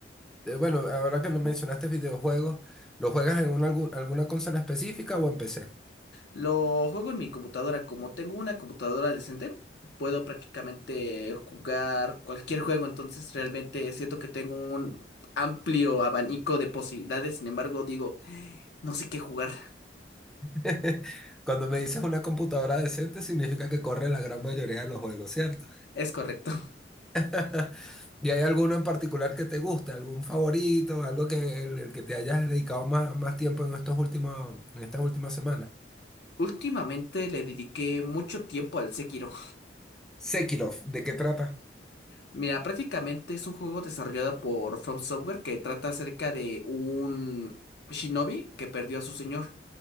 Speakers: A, in the centre; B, on the left (about 70°).
A: Eh, bueno, ahora que lo mencionaste videojuegos, ¿lo juegas en una, algu- alguna consola específica o en PC?
B: Lo juego en mi computadora. Como tengo una computadora decente, puedo prácticamente jugar cualquier juego. Entonces realmente siento que tengo un amplio abanico de posibilidades. Sin embargo, digo, no sé qué jugar.
A: <laughs> Cuando me dices una computadora decente, significa que corre la gran mayoría de los juegos, ¿cierto?
B: Es correcto. <laughs>
A: <laughs> ¿Y hay alguno en particular que te guste? ¿Algún favorito? ¿Algo que el, el que te hayas dedicado más, más tiempo en estos últimos, en estas últimas semanas?
B: Últimamente le dediqué mucho tiempo al Sekiro.
A: Sekirov, ¿de qué trata?
B: Mira, prácticamente es un juego desarrollado por From Software que trata acerca de un shinobi que perdió a su señor.